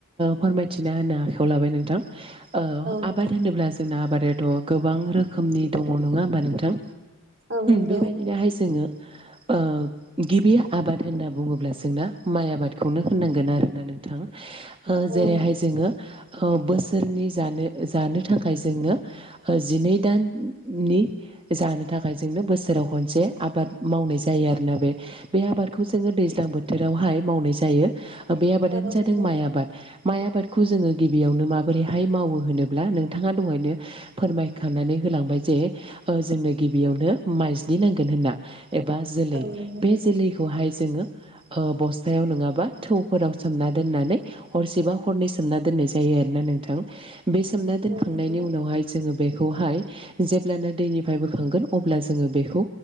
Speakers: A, on the right; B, on the right.
A: फोरमायथिना होनो आखायाव लाबाय नोंथां ओ
B: औ नोंथां
A: आबाद होनोब्ला जोंना आबादाथ' गोबां रोखोमनि दङ नङा होमबा नोंथां?
B: औ नंगौ
A: बेबायदिनोहाय जोङो ओ गिबि आबाद होनना बुङोब्ला जोंना माइ आबादखौनो होननांगोन आरो नोंथां ओ
B: औ
A: जेरैहाय जोङो बोसोरनि जानो जानो थाखाय जोंनो जिनै दाननि जानो थाखाय जोंनो बोसोराव खनसे आबाद मावनाय जायो आरोना बे बे आबादखौ जोङो दैज्लां बोथोरावहाय मावनाय जायो बे आबादानो
B: औ
A: जादों
B: नंगौ
A: माइ आबाद माइ आबादखौ जोऔङो गिबियावनो माबोरैहाय मावो होनोब्ला नोंथाङा दहायनो फोरमायखानानै होलांबाय जे जोंनो गिबियावनो माइज्लि नांगोन होनना। एबा जोलै
B: औ नंगौ
A: बे जोलैखौहाय जोऔङो ओ बस्थायाव नङाबा थौफोराव सोमना दोननानै हरसेबा हरनै सोमना दोननाय जायो। आरोना नोंथां बे सोमना दोनखांनायनि
B: औ नंगौ
A: उनावहाय जोङो बेखौहाय जेब्लानो दैनिफ्राय बोखांगोन अब्ला जोऔङो बेखौ